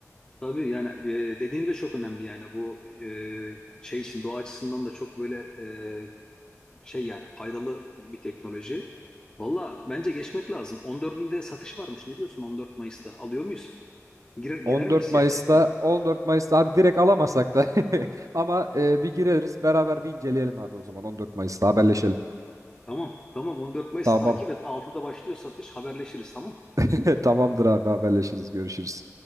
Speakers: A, on the left (about 15°); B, on the right (about 80°).
A: Tabii yani e, dediğin de çok önemli yani bu e, şey için doğa açısından da çok böyle e, şey yani faydalı bir teknoloji. Valla bence geçmek lazım. 14'ünde satış varmış. Ne diyorsun 14 Mayıs'ta? Alıyor muyuz? Girer, girer
B: On
A: miyiz
B: dört Mayıs'ta
A: ya sisteme?
B: 14 Mayıs'ta abi direkt alamasak da <laughs> ama e, bir gireriz beraber bir inceleyelim abi o zaman 14 Mayıs'ta haberleşelim.
A: Tamam. Tamam 14 Mayıs
B: Tamam.
A: takip et. 6'da başlıyor satış. Haberleşiriz tamam.
B: <laughs> Tamamdır abi haberleşiriz. Görüşürüz.